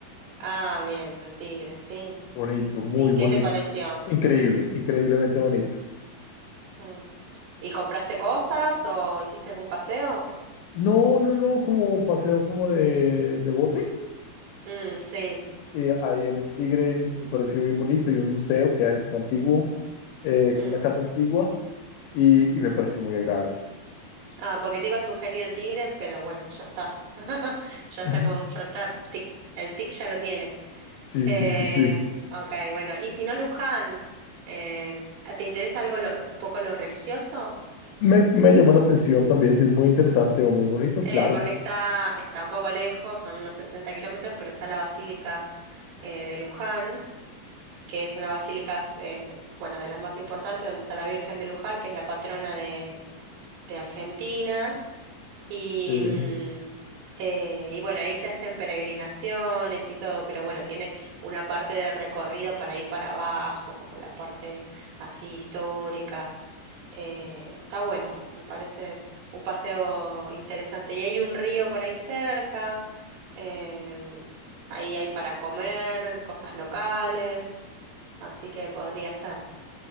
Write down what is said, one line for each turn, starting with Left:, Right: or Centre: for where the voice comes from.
Right: Ah, bien, el Tigre, sí.
Left: Bonito, muy
Right: Sí,
Left: bonito.
Right: ¿qué te pareció?
Left: Increíble, increíblemente bonito.
Right: Mm. ¿Y compraste cosas o hiciste algún paseo?
Left: No, no, no, como paseo como de, de bote.
Right: Mm, sí.
Left: Eh, ahí en el Tigre me pareció bien bonito y un museo que hay como antiguo, eh,
Right: Mm.
Left: como una casa antigua y, y me pareció muy agradable.
Right: Ah, porque te iba a sugerir el Tigre, pero bueno, ya está. <laughs> Ya está
Left: Ah,
Right: con, ya está, tic, el tic ya lo tiene.
Left: Sí,
Right: Eh,
Left: sí, sí, sí.
Right: ok, bueno, y si no Luján, eh, ¿te interesa algo lo- lo- un poco lo religioso?
Left: Me, me llama la atención también, si es muy interesante o muy bonito,
Right: Eh,
Left: claro.
Right: porque está, está un poco lejos, son unos 60 kilómetros, pero está la Basílica eh, de Luján, que es una basílica, eh, bueno, de las más importantes, donde está la Virgen de Luján, que es la patrona de, de Argentina. Y,
Left: Eh,
Right: mm, eh, y bueno, ahí se hacen peregrinaciones y todo, pero bueno, tiene una parte de recorrido para ir para abajo, como la parte así históricas. Eh, está bueno, me parece un paseo interesante. Y hay un río por ahí cerca, em, ahí hay para comer, cosas locales, así que podría ser.